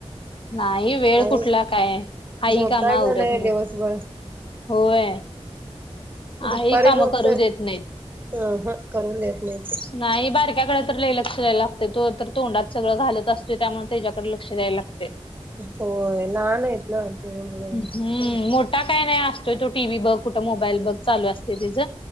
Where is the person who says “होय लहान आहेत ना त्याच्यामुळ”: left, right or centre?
Right